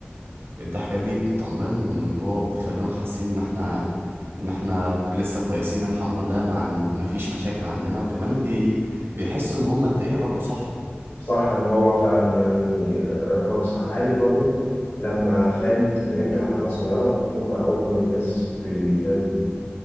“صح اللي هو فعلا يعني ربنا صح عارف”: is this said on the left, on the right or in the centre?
Left